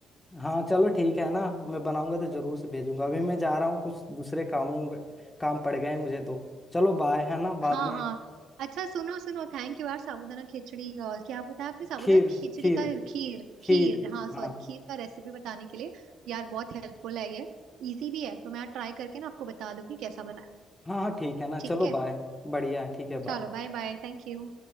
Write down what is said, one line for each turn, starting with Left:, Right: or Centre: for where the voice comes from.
Left: हाँ चलो ठीक है ना मैं बनाऊंगा तो जरूर से भेजूंगा अभी मैं जा रहा हूँ कुछ दूसरे कामों के- काम पड़ गए हैं मुझे तो चलो बाय है ना
Right: हाँ
Left: बाद में
Right: हाँ अच्छा सुनो सुनो थैंक यू यार साबूदाना खिचड़ी और क्या बताया आपने साबूदाना
Left: खीर
Right: खिचड़ी
Left: खीर
Right: का खीर
Left: खीर
Right: खीर हाँ सॉरी
Left: हाँ
Right: खीर का रेसिपी बताने के लिए यार बहुत हेल्पफुल है ये इजी भी है तो मैं ट्राई करके ना आपको बता दूंगी कैसा बना है
Left: हाँ हाँ ठीक है ना
Right: ठीक
Left: चलो
Right: है
Left: बाय बढ़िया है ठीक है
Right: चलो
Left: बाय
Right: बाय बाय थैंक यू